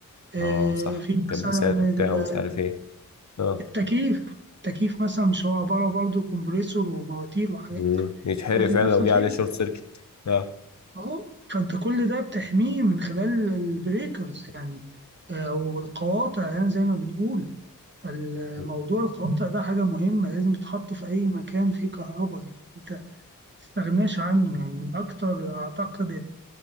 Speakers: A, on the right (about 35°); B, on the left (about 55°).
A: آه،
B: اه صح
A: في
B: مكبسات
A: مثلا
B: وبتاع
A: ال-
B: ومش عارف ايه اه
A: التكييف التكييف مثلا مش هو عبارة برضه كومبريسور ومواتير وحاجات
B: امم يتحرق
A: قصدي
B: فعلا
A: نفس
B: لو
A: الفكرة
B: جه عليه شورت سيركت اه
A: اهو فانت كل ده بتحميه من خلال البريكرز يعني آه، والقواطع يعني زي ما بنقول فالموضوع
B: مم.
A: القواطع ده حاجة مهمة لازم تتحط في أي مكان فيه كهرباء يعني انت ما تستغناش عنه يعني من أكتر أعتقد